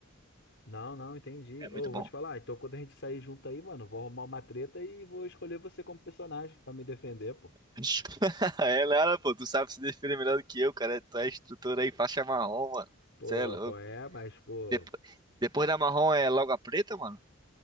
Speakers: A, on the left; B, on the right.
A: Não, não, entendi.
B: É muito
A: Ô, vou
B: bom.
A: te falar, então quando a gente sair junto aí, mano, vou arrumar uma treta e vou escolher você como personagem pra me defender, pô.
B: <laughs> É, Lara, pô, tu sabe se defender melhor do que eu, cara. Tu é instrutor aí, faixa marrom, mano.
A: Pô,
B: Você é louco.
A: qual é? Mas, pô.
B: Depo- Depois da marrom é logo a preta, mano?